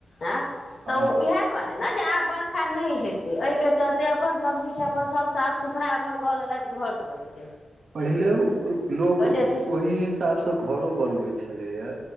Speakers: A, on the left; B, on the right.
A: ऐं त
B: हँ
A: ओ इहै दुआरे ने जे आब बरा नहि हेैते चलते अपन सब किछु अपन सब साफ सुथड़ा अपन कऽ लेलथि घर दुआार के
B: पहिले लोक
A: यदि
B: ओही हिसाबसँ घरो बनबै छलैए